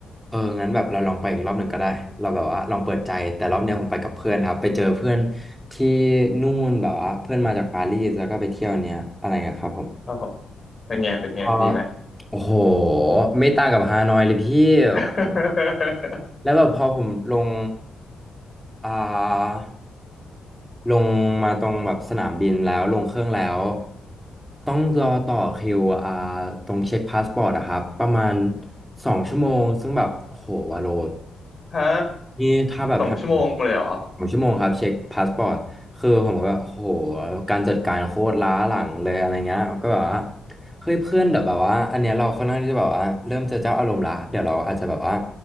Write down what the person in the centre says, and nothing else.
เอองั้นแบบเราลองไปอีกรอบหนึ่งก็ได้เราแบบว่าลองเปิดใจแต่รอบเนี้ยผมไปกับเพื่อนครับไปเจอเพื่อนที่นู่นแบบว่าเพื่อนมาจากปารีสแล้วก็ไปเที่ยวเนี้ยอะไรอะครับผม
ก็โอ้โหไม่ต่างกับฮานอยเลยพี่
ผมแล้วแบบพอผมลงอ่า ลงมาตรงแบบสนามบินแล้วลงเครื่องแล้วต้องรอต่อคิวอ่าตรงเช็คพาสปอร์ตอะครับประมาณสองชั่วโมงซึ่งแบบโหวาโล
นี่ถ้าแบบทำอย่างเงี้ย
สองชั่วโมงครับเช็คพาสปอร์ตคือผมก็โหการจัดการโคตรล้าหลังเลยอะไรเงี้ยก็แบบว่าเฮ้ยเพื่อนเดี๋ยวแบบว่าอันเนี้ยเราค่อนข้างที่จะแบบว่าเริ่มจะเจ้าอารมณ์ละเดี๋ยวเราอาจจะแบบว่า